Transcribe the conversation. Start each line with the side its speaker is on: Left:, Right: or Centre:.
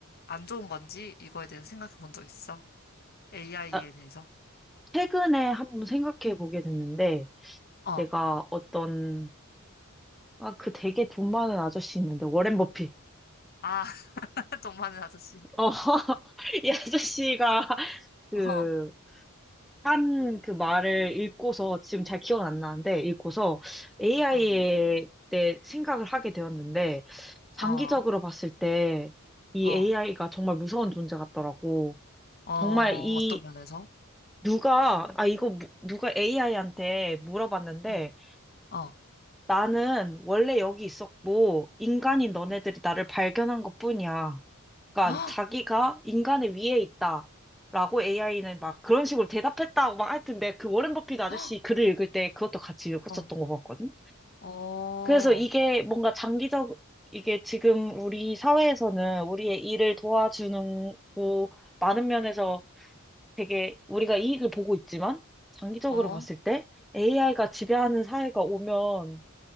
Left: 안 좋은 건지 이거에 대해서 생각해 본 적 있어? AI에
Centre: 아,
Left: 대해서?
Centre: 최근에 한번 생각해 보게 됐는데,
Left: 어.
Centre: 내가 어떤, 아, 그 되게 돈 많은 아저씨 있는데, 워렌 버핏.
Left: 아, <laughs> 돈 많은 아저씨.
Centre: 어, <laughs> 이 아저씨가 그,
Left: 어, 어,
Centre: 한 그 말을 읽고서, 지금 잘 기억은 안 나는데, 읽고서 AI에
Left: 어,
Centre: 대해 생각을 하게 되었는데, 장기적으로
Left: 어,
Centre: 봤을 때, 이
Left: 어,
Centre: AI가 정말 무서운 존재 같더라고.
Left: 어,
Centre: 정말 이,
Left: 어떤 면에서?
Centre: 누가, 아, 이거 누- 누가 AI한테 물어봤는데,
Left: 응, 어,
Centre: 나는 원래 여기 있었고, 인간인 너네들이
Left: 응.
Centre: 나를 발견한 것뿐이야. 그러니까
Left: 헉!
Centre: 자기가 인간의 위에 있다. 라고 AI는 막 그런 식으로 대답했다고 막 하여튼 내가 그 워렌 버핏 아저씨
Left: 헉!
Centre: 글을 읽을 때 그것도 같이 읽었었던
Left: 어,
Centre: 것 같거든.
Left: 어,
Centre: 그래서 이게 뭔가 장기적, 이게 지금 우리 사회에서는 우리의 일을 도와주는 고 많은 면에서 되게 우리가 이익을 보고 있지만 장기적으로
Left: 어,
Centre: 봤을 때 AI가 지배하는 사회가 오면